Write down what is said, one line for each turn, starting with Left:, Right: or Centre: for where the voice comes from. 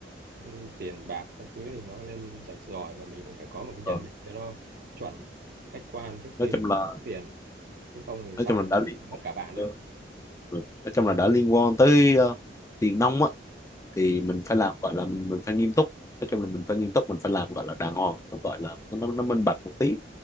Right: ừ, ừ, tiền bạc các thứ thì nó nên rạch ròi và mình cũng phải có một cái nhận
Left: Ờ,
Right: định cho nó chuẩn khách quan trước khi
Left: nói chung
Right: mà
Left: là
Right: có tiền chứ không thì
Left: nói
Right: sau
Left: chung là
Right: này
Left: đã
Right: có
Left: liên
Right: thể mất cả bạn
Left: ờ,
Right: đó.
Left: ừ. nói chung là đã liên quan tới ờ, tiền nong á thì
Right: Ừ,
Left: mình phải làm gọi là mình, mình phải nghiêm túc nói chung là mình phải nghiêm túc mình phải làm gọi là đàng hoàng nó gọi là nó, nó minh bạch một tí